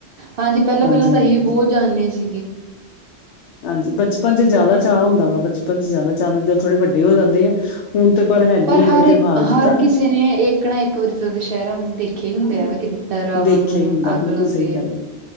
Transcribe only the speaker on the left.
ਹਾਂਜੀ-ਹਾਂਜੀ।
ਹਾਂਜੀ, ਬਚਪਨ ਚ ਜ਼ਿਆਦਾ ਚਾਅ ਹੁੰਦਾ ਵਾ ਬਚਪਨ ਚ ਜ਼ਿਆਦਾ। ਦੇ ਜਦ ਥੋੜੇ ਵੱਡੇ ਹੋ ਜਾਂਦੇ ਆ ਹੁਣ। ਤੇ ਹੈ ਨੀ
ਇੰਨੇ
ਤਿਉਹਾਰ ਜਿੱਦਾਂ
ਦੇਖਿਆ
ਹੀ ਹੁੰਦਾ
ਬਿਲਕੁਲ
ਸਹੀ ਗੱਲ
ਹੈ।